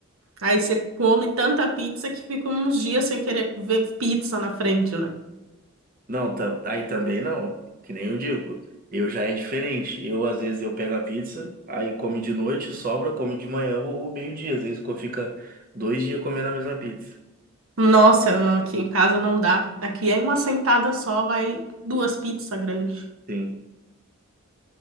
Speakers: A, on the right (about 80°); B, on the right (about 40°).
A: Aí você come tanta pizza que fica uns dias sem querer ver pizza na frente, né?
B: Não, tá, aí também não, que nem eu digo. Eu já é diferente. Eu, às vezes, eu pego a pizza, aí come de noite, sobra, come de manhã ou meio-dia. Às vezes co- fica dois dias comendo a mesma pizza.
A: Nossa, não, aqui em casa não dá. Aqui é em uma sentada só, vai duas pizzas grandes.
B: Sim.